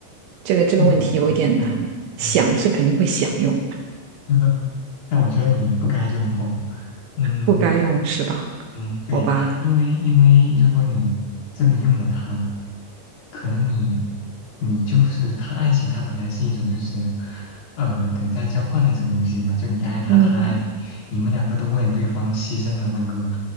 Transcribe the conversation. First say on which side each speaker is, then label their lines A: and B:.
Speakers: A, on the right; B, on the left.
A: 这个这个问题有一点难，
B: 但我觉得，嗯嗯，
A: 想是肯定会想用，
B: <laughs> 但我觉得你不该用吼。嗯
A: 不该用是吧？
B: 嗯，对，
A: 好吧，
B: 因为因为如果你真的用了它，可能你你就是他爱情，它本来是一种就是呃等价交换的一种东西嘛，就你爱他，
A: 嗯
B: 他爱你，你们两个都为了对方牺牲了那个